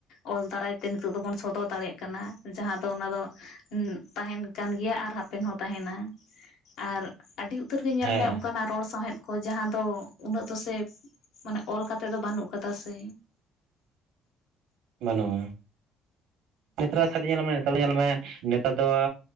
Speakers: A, on the left; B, on the right.
A: ᱚᱞ ᱫᱟᱨᱟᱭ ᱛᱮ ᱱᱤᱛᱚᱜ ᱫᱚᱵᱚᱱ ᱥᱚᱫᱚᱨ ᱫᱟᱲᱮᱭᱟᱜ ᱠᱟᱱᱟ᱾ ᱡᱟᱦᱟᱸ ᱫᱚ ᱚᱱᱟ ᱫᱚ, ᱛᱟᱦᱮᱱ ᱠᱟᱱ ᱜᱮᱭᱟ ᱟᱨ ᱦᱟᱯᱮᱱ ᱦᱚᱸ ᱛᱟᱦᱮᱱᱟ᱾ ᱟᱨ ᱟᱹᱰᱤ ᱩᱛᱟᱹᱨ ᱜᱮ ᱧᱮᱞ
B: ᱦᱮᱸ
A: ᱢᱮ ᱚᱱᱠᱟᱱᱟᱜ ᱨᱚᱲ ᱥᱟᱶ ᱥᱟᱶᱦᱮᱫ ᱠᱚ ᱡᱟᱦᱟᱸ ᱫᱚ ᱩᱱᱟᱹᱜ ᱫᱚ ᱥᱮ ᱢᱟᱱᱮ ᱚᱞ ᱠᱟᱛᱮᱜ ᱫᱚ ᱵᱟᱹᱱᱩᱜ ᱠᱟᱫᱟ ᱥᱮ,
B: ᱵᱟᱹᱱᱩᱜᱼᱟ᱾ ᱱᱮᱛᱟᱨᱟᱜ ᱥᱟᱶᱛᱮ ᱧᱮᱞ ᱢᱮ ᱱᱮᱛᱟᱨ ᱫᱚ ᱧᱮᱞ ᱢᱮ ᱱᱮᱛᱟᱨ ᱫᱚ